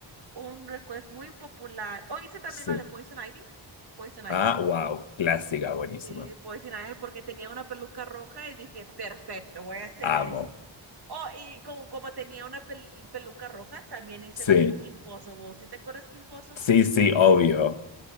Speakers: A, on the right (about 55°); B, on the left (about 75°).
A: un request muy popular. O hice también
B: Sí.
A: la de Poison Ivy. Poison
B: Ah,
A: Ivy.
B: wow, clásica, buenísima.
A: Sí, Poison Ivy porque tenía una peluca roja y dije, perfecto, voy a hacer
B: Amo.
A: eso. Oh, y como, como tenía una pel- peluca roja, también hice
B: Sí,
A: la de Kim Possible. ¿Sí te acuerdas Kim Possible?
B: sí, sí, obvio.